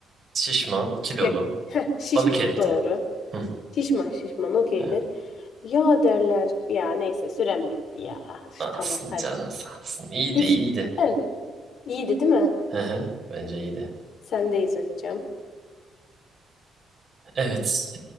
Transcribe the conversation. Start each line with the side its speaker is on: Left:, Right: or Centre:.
Right: Şişman, kilolu,
Left: Ya, heh, şişman
Right: balık etli.
Left: doğru.
Right: Hı,
Left: Şişman şişman okeydir.
Right: hı.
Left: Ya derler. Ya neyse sürem bitti ya. Üf,
Right: Sağ olsun
Left: tamam hadi.
Right: canın sağ olsun. İyiydi
Left: Üç.
Right: iyiydi.
Left: Ben de. İyiydi değil mi?
Right: Hı hı. Bence iyiydi.
Left: Sendeyiz hocam.
Right: Evet.